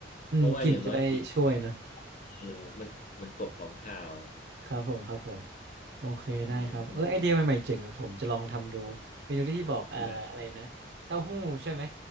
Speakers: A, on the right (about 55°); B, on the left (about 40°).
A: อืมกลิ่นจะได้ช่วยนะ
B: เพราะว่าอย่างน้อยขิง เออมันมันกบของข่าว
A: ครับผม ครับผม โอเคได้ครับเออไอเดียใหม่ๆเจ๋งเลยวผมจะลองทำดูเมนูที่พี่บอกเอ่ออะไรนะเต้าหู้ใช่ไหม
B: อืมอืมได้